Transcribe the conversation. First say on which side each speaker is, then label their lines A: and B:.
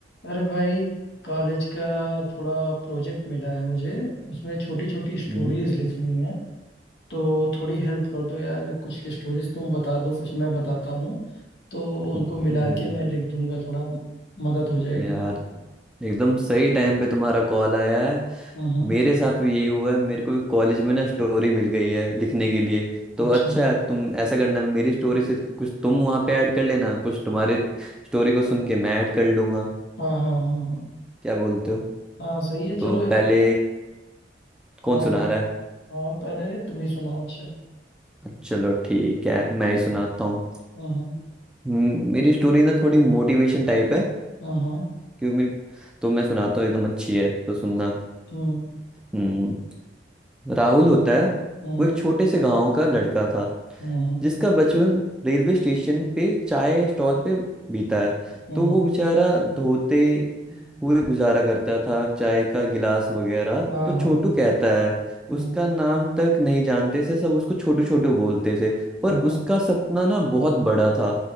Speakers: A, on the left; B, in the centre.
A: अरे भाई कॉलेज का थोड़ा प्रोजेक्ट मिला है मुझे उसमें छोटी छोटी स्टोरीज
B: हम्म,
A: लिखनी है तो थोड़ी हेल्प कर दो यार कुछ स्टोरीज तुम बता दो कुछ मैं बताता हूँ तो उनको
B: हम्म,
A: मिला
B: हम्म,
A: के मैं लिख दूंगा थोड़ा मदद हो जाएगी
B: यार एकदम सही टाइम पे तुम्हारा कॉल आया है
A: हाँ हाँ
B: मेरे साथ भी यही हुआ है मेरे को भी कॉलेज में ना स्टोरी मिल गई है लिखने के लिए तो
A: अच्छा
B: अच्छा है तुम ऐसा करना मेरी स्टोरी से कुछ तुम वहाँ पे ऐड कर लेना कुछ तुम्हारे स्टोरी को सुन के मैं ऐड कर लूंगा
A: हाँ हाँ हाँ हाँ
B: क्या बोलते हो
A: हाँ सही है चलो
B: तो
A: ए-
B: पहले कौन
A: आ,
B: सुना रहा है
A: हाँ पहले तुम ही सुनाओ अच्छा
B: चलो ठीक है मैं ही सुनाता हूँ
A: हाँ हाँ
B: हम्म, मेरी स्टोरी ना थोड़ी मोटिवेशन टाइप है
A: हाँ हाँ
B: क्योंकि मेरे- तो मैं सुनाता हूँ एकदम अच्छी है तो सुनना
A: हम्म
B: हम्म, राहुल होता है
A: हम्म
B: वो एक छोटे से गांव का लड़का था
A: हम्म
B: जिसका बचपन रेलवे स्टेशन पे चाय स्टॉल पे बीता है
A: हम्म
B: तो वो बेचारा धोते हुए गुजारा करता था चाय का गिलास वगैरह
A: हाँ
B: तो छोटू
A: हाँ हाँ
B: कहता है
A: हाँ
B: उसका नाम तक नहीं जानते थे सब उसको छोटू छोटू बोलते थे पर
A: हाँ हाँ,
B: उसका सपना ना बहुत बड़ा था